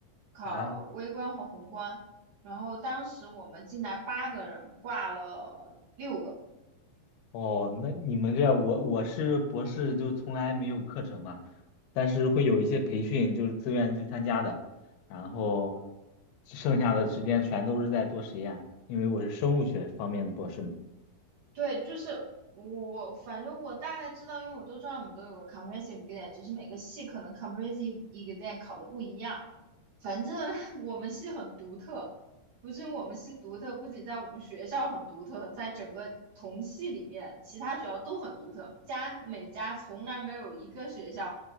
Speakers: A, on the right; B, on the left.
A: 考微观和宏观。
B: 啊，
A: 然后当时我们进来八个人，挂了六个。
B: 哦，那你们这我我是博士就从来没有课程嘛，但是会有一些培训，就是自愿去参加的，然后剩下的时间全都是在做实验，因为我是生物学方面的博士嘛。
A: 对，就是我，反正我大概知道，因为我都知道我们都有个 comprehensive exam，只是每个系可能 comprehensive exam 考的不一样。反正 <laughs> 我们系很独特，不仅我们系独特，不仅在我们学校很独特，在整个同系里面，其他学校都很独特。家每家从来没有一个学校